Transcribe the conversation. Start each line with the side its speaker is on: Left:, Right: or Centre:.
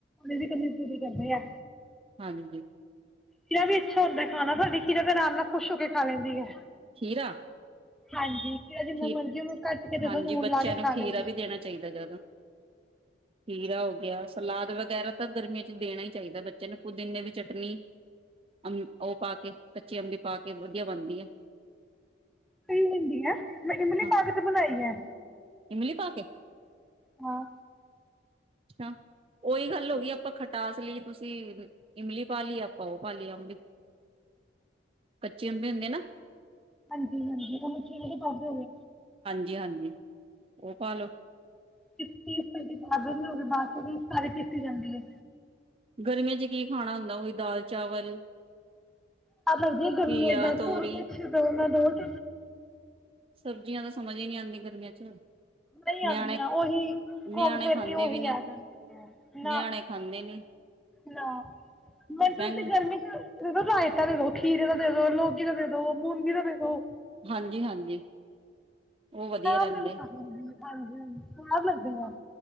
Centre: ਦੀ ਕਮੀਂ ਪੂਰੀ ਕਰ ਦੇਆ।
Right: ਹਾਂਜੀ।
Centre: ਖੀਰਾ ਵੀ ਅੱਛਾ ਹੁੰਦਾ ਖਾਣਾ। <unintelligible> ਖੀਰਾ ਤੇ ਆਰਾਮ ਨਾਲ ਖੁਸ਼ ਹੋ ਕੇ ਖਾ ਲੈਂਦੀ ਹੈ।
Right: ਖੀਰਾ
Centre: ਹਾਂਜੀ ਖੀਰਾ ਜਿੰਨਾ
Right: ਖੀ
Centre: ਮਰਜ਼ੀ ਉਹਨੂੰ ਕੱਟ ਕੇ ਜਦੋਂ
Right: ਹਾਂਜੀ
Centre: ਨੂਨ
Right: ਬੱਚਿਆਂ
Centre: ਲਾ ਕੇ
Right: ਨੂੰ
Centre: ਖਾ
Right: ਖੀਰਾ
Centre: ਲਈਏ।
Right: ਵੀ ਦੇਣਾ ਚਾਈਦਾ ਜ਼ਿਆਦਾ ਖੀਰਾ ਹੋ ਗਿਆ ਸਲਾਦ ਵਗੈਰਾ ਤਾਂ ਗਰਮੀਆਂ ਵਿਚ ਦੇਣਾ ਹੀ ਚਾਈਦਾ ਬੱਚੇ ਨੂੰ ਪੁਦੀਨੇ ਦੀ ਚਟਨੀ ਅਬ ਉਹ ਪਾ ਕੇ ਕੱਚੀ ਅੰਬੀ ਪਾ ਕੇ ਵਧੀਆ ਬਣਦੀ ਐ।
Centre: ਪਈ ਹੁੰਦੀ ਆ ਮੈਂ ਇਮਲੀ
Right: ਹਾਂ
Centre: ਪਾਅ ਕੇ ਤਾ ਬਣਾਈ ਐ।
Right: ਇਮਲੀ ਪਾ ਕੇ।
Centre: ਹਾਂ।
Right: ਅੱਛਾ ਉ ਓਹੀ ਗੱਲ ਹੋ ਗਈ ਆਪਾਂ ਖਟਾਸ ਲਈਏ ਤੁਸੀਂ ਇਮਲੀ ਪਾ ਲਈ ਆਪਾਂ ਉਹ ਪਾ ਲਿਆ ਅੰਬੀ। ਅੱਛਾ। ਯੰਮੀ ਹੁੰਦੀ ਐ ਨਾ।
Centre: ਹਾਂਜੀ-ਹਾਂਜੀ ਉਹ ਮਿੱਠੀ ਜਿਹੀ ਪਾਂਦੇ ਹੋ ਗੇ।
Right: ਜੀ, ਹਾਂਜੀ। ਉਹ ਪਾਲੋ
Centre: ਪੀਤੀ ਹੋਈ ਬਾਦ ਚੋਂ ਵੀ ਸਾਰੀ ਪੀਸੀ ਜਾਂਦੀ ਐ।
Right: ਗਰਮੀਆਂ ਚ ਕੀ ਖਾਣਾ ਹੁੰਦਾ, ਉਹੀ ਦਾਲ ਚਾਵਲ
Centre: ਸੁਆਦ ਲੱਗਦੀ ਏ ਗਰਮੀਆਂ
Right: ਘੀਆ,
Centre: ਤਾਂ
Right: ਤੋਰੀ
Centre: ਕੁਛ ਔਰ ਦੋ ਨਾ ਦੋ। <inaudible>
Right: ਸਬਜ਼ੀਆਂ ਤਾਂ ਸਮਝ ਹੀ ਨੀ ਆਂਦੀ ਗਰਮੀਆਂ ਚ
Centre: ਨਹੀਂ
Right: ਨਿਆਣੇ
Centre: ਆਂਦੀਆਂ ਉਹੀ
Right: ਨਿਆਣੇ
Centre: ਘੁੰਮ ਫਿਰ
Right: ਖਾਂਦੇ
Centre: ਕੇ ਉਹੀ
Right: ਵੀ ਨੀ
Centre: ਆ ਜਾਂਦੀਆਂ ਨਾ
Right: ਨਿਆਣੇ ਖਾਂਦੇ ਨੀ
Centre: ਨਾ ਮੈਨੂੰ ਤਾਂ
Right: ਬੈਂਗ
Centre: ਤੁਸੀਂ ਗਰਮੀ ਚ ਦੇ ਦੋ ਰਾਇਤਾ ਦੇ ਦੋ ਖੀਰੇ ਦਾ ਦੇ ਦੋ, ਲੌਕੀ ਦਾ ਦੇ ਦੋ, ਮੂੰਗੀ ਦਾ ਦੇ ਦੋ
Right: ਹਾਂਜੀ- ਹਾਂਜੀ, ਉਹ ਵਧੀਆ
Centre: ਸ਼ਾਮ
Right: ਰਹਿੰਦੇ
Centre: ਦੇ ਕੋਈ ਖਾਂਦਾ ਨੀ ਹਾਂਜੀ- ਹਾਂਜੀ। ਸਾਰ ਲੈਂਦੇ ਹਾਂ।